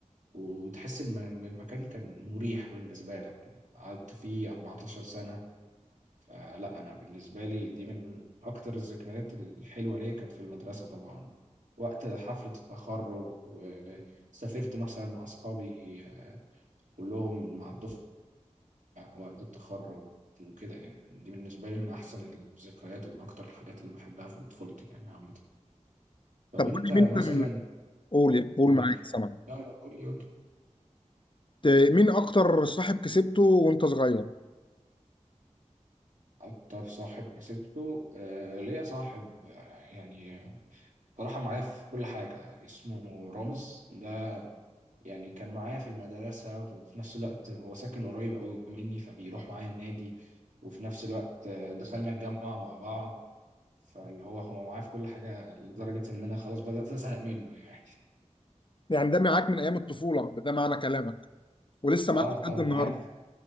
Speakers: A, on the right (about 80°); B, on the left (about 40°).
A: وتحس إن إن المكان كان مريح بالنسبة لك يعني قعدت فيه 14 سنة فلا أنا بالنسبة لي دي من أكتر الذكريات الحلوة ليا كانت في المدرسة طبعا وقت حفلة التخرج وسافرت مثلا مع أصحابي آه، كلهم مع الدفعة وقت التخرج وكده يعني دي بالنسبة لي من أحسن الذكريات ومن أكتر الحاجات اللي بحبها في طفولتي يعني عامة طب
B: طب قول
A: أنت
B: لي
A: مثلا
B: مين كان قول قول
A: قول
B: معاك
A: لي
B: سمع
A: لا لا قول لي
B: مين أكتر صاحب كسبته وأنت صغير
A: أكتر صاحب كسبته آه ليا صاحب آه، يعني صراحة معايا في كل حاجة اسمه رامز ده يعني كان معايا في المدرسة وفي نفس الوقت هو ساكن قريب أوي مني فبيروح معايا النادي وفي نفس الوقت آه، دخلنا الجامعة مع بعض فاللي هو هو معايا في كل حاجة لدرجة إن أنا خلاص بدأت أزهق منه يعني
B: يعني ده معاك من أيام الطفولة ده معنى كلامك ولسه
A: اه
B: معاك لحد
A: اه
B: النهاردة
A: معايا في